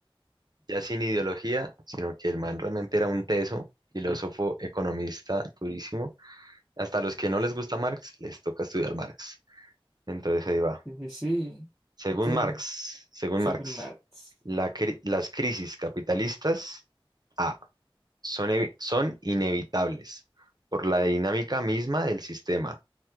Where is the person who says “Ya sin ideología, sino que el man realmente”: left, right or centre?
Right